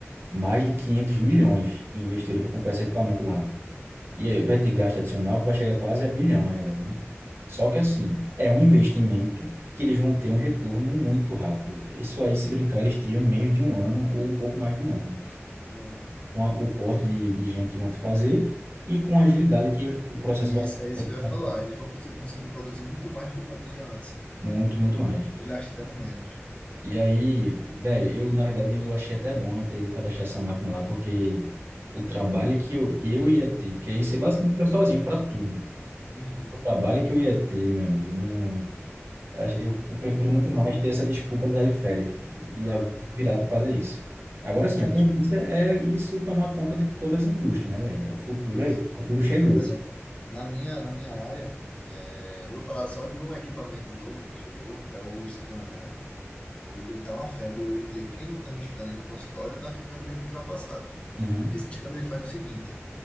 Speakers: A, on the right (about 55°); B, on the left (about 25°).
A: mais de 500 milhões que investiram para comprar esse equipamento lá. E eh, vai ter gasto adicional que vai chegar quase a bilhão, na verdade, né? Só que, assim, é um investimento que eles vão ter um retorno muito rápido. velho. Isso aí, se brincar, eles tiram em menos de um ano ou um pouco mais de um ano.
B: Aham.
A: Com a- o corte de, de gente que vão te fazer e com a agilidade que o processo
B: Isso,
A: vai
B: é isso
A: ter.
B: que eu ia falar. Eles vão conseguir conseguir produzir muito mais do que produzia antes.
A: Muito, muito mais.
B: E gastando menos.
A: E aí, velho, eu, na verdade, eu achei até bom não ter ido cadastrar essa máquina lá, porque o trabalho que eu, eu ia ter, porque aí você basicamente fica sozinho para tudo.
B: Uhum.
A: O trabalho que eu ia ter, meu amigo, não, acho- eu, eu prefiro muito mais ter essa desculpa de dar de férias e
B: Aham.
A: alguém virar para fazer isso. Agora sim,
B: Essa-
A: a tendência
B: acho que
A: é isso tomar conta de todas as indústrias, né, velho? O futuro
B: é Isso.
A: aí, o futuro chegou.
B: Por exemplo, na minha, na minha área, é, eu vou falar só de um equipamento novo que chegou, que é o scanner, né? Hoje ele tá uma febre. Hoje em dia, quem não tem um scanner no consultório tá ficando meio que ultrapassado.
A: Uhum.
B: Esse scanner ele faz o seguinte: